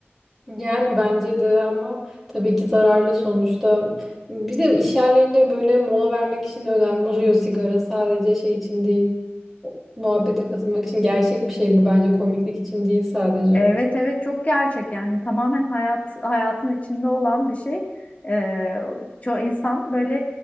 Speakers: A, in the centre; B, on the left.
A: Yani bence de ama tabii ki zararlı sonuçta. Bir de iş yerlerinde böyle mola vermek için önemli <laughs> oluyor sigara. Sadece şey için değil, muhabbete katılmak için gerçek bir şey bu bence komiklik için değil sadece.
B: Evet evet çok gerçek yani tamamen hayat hayatın içinde olan bir şey. Ee, çoğu insan böyle